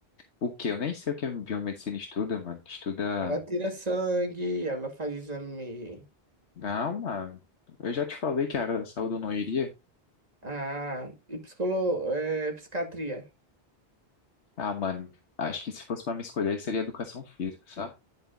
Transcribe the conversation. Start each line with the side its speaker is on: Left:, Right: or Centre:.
Left: O quê? Eu nem sei o que a biomedicina estuda, mano. Estuda.
Right: Ela tira sangue, ela faz exame
Left: Ah, mano. Eu já te falei que a área da saúde eu não iria.
Right: Ah, e psicolo, é, psiquiatria
Left: Ah, mano. Acho que se fosse pra me escolher, seria educação física, sabe?